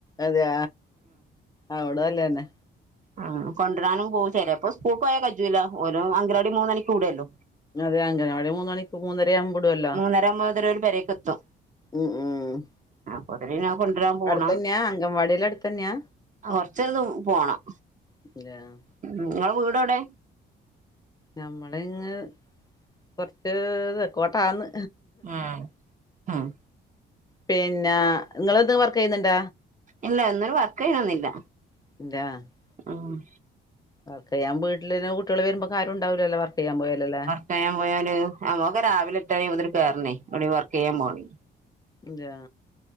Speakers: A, on the left (about 20°); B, on the right (about 40°).
A: അതെയ അതോട് നല്ലേന്നെ
B: ആഹ് കൊണ്ടരാനും പോവും ചെലേപ്പം സ്കൂൾക്ക്‌ പോയാ കജുല്ല ഓലെ അങ്കനവാടി മൂന്ന് മണിക്ക്‌ വിടോല്ലോ
A: അതെ അങ്കനവാടി അവി മൂന്ന് മണി മൂന്നര ആകുമ്പോ വിടോല്ലോ
B: മൂന്നര ആവുമ്പോത്തിനു ഓര് പെരേക്കെത്തും
A: ഉ ഉം
B: അപ്പോത്തിന് പിന്നെ കൊണ്ടരാൻ പോണം
A: അടുത്തന്നെയാ അംഗൻവാടിയെല്ലാം അടുത്തന്നെയാ
B: ആഹ് കൊറച്ചവിടുന്നു പോണം
A: അതെയോ
B: ഉം ഇങ്ങള വീട് എവിടെ
A: ഞമ്മള് ഇങ്ങ് കൊറച്ച് തെക്കോട്ടാന്ന്
B: ആഹ് ആഹ്
A: പിന്നെ നിങ്ങെന്തെങ്കിലും വർക്ക് ചെയ്യുന്നുണ്ട
B: ഇല്ല ഒന്നിലും വർക്ക് ചെയ്യണൊന്നില്ല
A: <unintelligible>
B: ആഹ്
A: വർക്ക് ചെയ്യാൻ വീട്ടില് പിന്നെ കുട്ടികൾ വരുമ്പോ ആരും ഉണ്ടാവൂലല്ലോ വർക്ക് ചെയ്യാൻ പോയാലല്ലേ
B: വർക്ക്‌ ചെയ്യാൻ പോയല് അമ്മക്ക്‌ രാവിലെ എട്ടണി മുതൽ കേയറണേ എവടേ വർക്ക് ചെയ്യാൻ പോണേ
A: അതെയോ